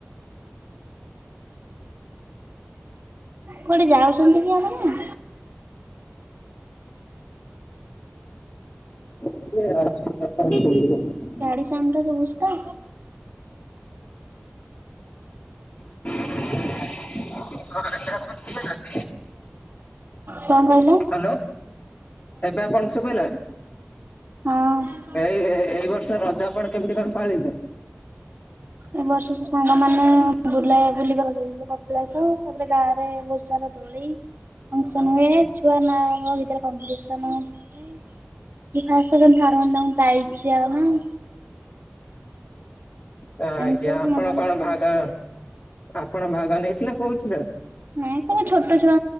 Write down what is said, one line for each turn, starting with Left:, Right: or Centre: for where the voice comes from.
Right: କୁଆଡେ ଯାଉଚନ୍ତି କି ଆପଣ।
Left: ଏ <unintelligible>
Right: ଗାଡ଼ି ସାଉଣ୍ଡ ଟା ଶୁବୁଚି ତ।
Left: <unintelligible>
Right: କଣ କହିଲ।
Left: ହ୍ୟାଲୋ ଏବେ ଆପଣ ଶୁବିଲା।
Right: ହଁ।
Left: ଏଇ ଏଇ ବର୍ଷ ରଜ ଆପଣ କେମିତି କଣ ପାଳିଲେ।
Right: ଏ ବର୍ଷ ସାଙ୍ଗ ମାନେ ବୁଲାଏ ବୁଲି କରିବାକୁ ଯାଇଥିଲୁ କପିଳାସ ତାପରେ ଗାଁ ରେ ବୋହୁତ ସାରା ଦୋ ଦୋଳି ଫଙ୍କସନ ହୁଏ ଛୁଆ ନା ଙ୍କ ଭିତରେ କମ୍ପିଟିସନ ହୁଏ। ଫାସ୍ ସେକେଣ୍ଡ ଥାର୍ଡ ହୁଅନ୍ତି ତାଙ୍କୁ ପ୍ରାଇଜ ଦିଅ ହୁଏ।
Left: ତ ଆଜ୍ଞା
Right: ଏମିତି ସବୁ
Left: ଆପଣ
Right: ମଜାମସ୍ତି
Left: କଣ ଭାଗ ଆପଣ ଭାଗ ନେଇଥିଲେ କୋଉଥିରେ।
Right: ନାଇଁ ସବୁ ଛୋଟ ଛୁଆ